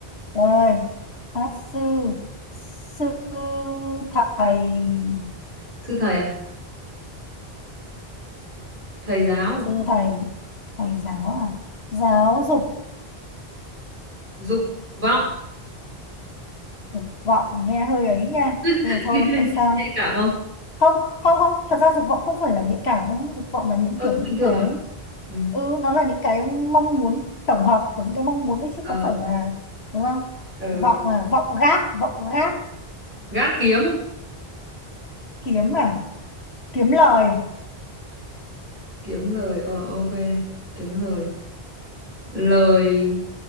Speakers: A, on the left; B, on the right.
A: Rồi. Pháp sư. Sư thầy.
B: sư thầy à thầy giáo
A: Sư thầy. Thầy giáo à? Giáo dục.
B: dục vọng
A: Dục vọng nghe hơi ấy nha.
B: <laughs>
A: Nhưng mà thôi không sao.
B: nhạy cảm không
A: không không không thật ra dục vọng không phải là nhạy cảm đâu nhá. dục vọng là những
B: ờ
A: kiểu
B: bình
A: những
B: thường
A: cái
B: mà ừ.
A: ừ nó là những cái mong muốn tổng hợp của những cái mong muốn đấy chứ
B: ờ
A: không phải là đúng không
B: ừ.
A: vọng là vọng gác vọng gác
B: gác kiếm
A: kiếm à kiếm lời
B: kiếm lời ờ ok kiếm lời lời